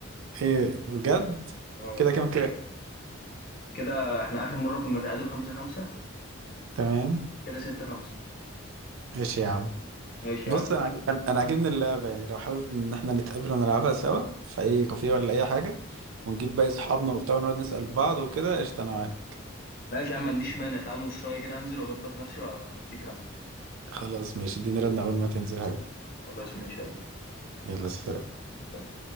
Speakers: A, on the right; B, on the left.
A: ايه بجد
B: اه
A: كده كام كده
B: كده احنا اخر مره كنا تعادل خمسة خمسة
A: تمام
B: كده ستة خمسة
A: ايش يا عم
B: ماشي
A: بص
B: يا عم
A: انا عاجب- انا أنا عاجبني اللعبه يعني لو حابب ان احنا نتقابل ونلعبها سوا في اي كافيه ولا اي حاجه ونجيب باقي اصحابنا وبتاع ونقعد نسال بعض وكده قشطه انا معاك
B: ماشي يا عم ما عنديش مانع تعال نص ساعه كده انزل واظبط نفسي واديك رن
A: خلاص ماشي اديني ردنا
B: خلاص
A: اول ما تنزل حاجه
B: خلاص ماشي يلا
A: يلا سلام
B: سلام